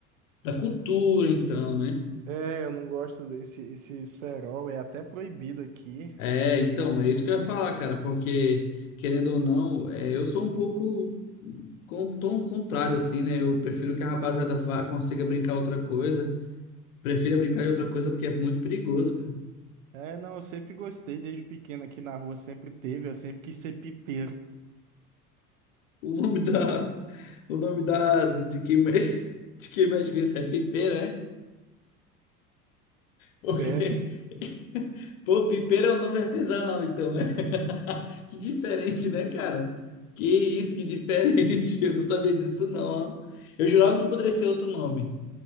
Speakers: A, on the left; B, on the right.
A: da cultura então, né?
B: É, eu não gosto desse esse cerol, é até proibido aqui.
A: É, então, mas é isso que eu ia falar, cara, porque, querendo ou não, é, eu sou um pouco com tom contrário, assim, né? Eu prefiro que a rapaziada vá, consiga brincar outra coisa. Prefiro brincar de outra coisa porque é muito perigoso, cara.
B: É, não, eu sempre gostei, desde pequeno aqui na rua sempre teve, eu sempre quis ser pipeiro.
A: O nome da. O nome da. De quem mexe, <laughs> de quem mexe com isso é pipeiro, Porque.
B: É,
A: <laughs> Pô, pipeiro é um nome artesanal, então. né? <laughs> Que diferente, né, cara? Que isso, que diferente. <laughs> Eu não sabia disso, não, ó. Eu jurava que poderia ser outro nome.